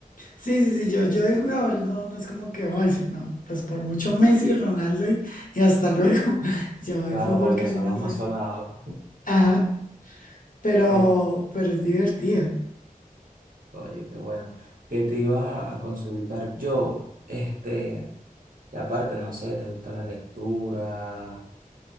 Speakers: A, on the left (about 65°); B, on the right (about 75°).
A: Sí, sí, sí, yo, yo de jugadores no, no es como que, "Ay, sí, no, pues por mucho Messi, Ronaldo y, y hasta luego. <laughs> Yo de
B: Claro,
A: fútbol
B: porque
A: casi
B: son
A: no
B: los
A: sé.
B: más sonados.
A: Ajá, pero,
B: Eh,
A: pero es divertido.
B: oye, qué bueno. ¿Qué te iba a consultar yo? Este, y aparte, no sé, ¿te gusta la lectura?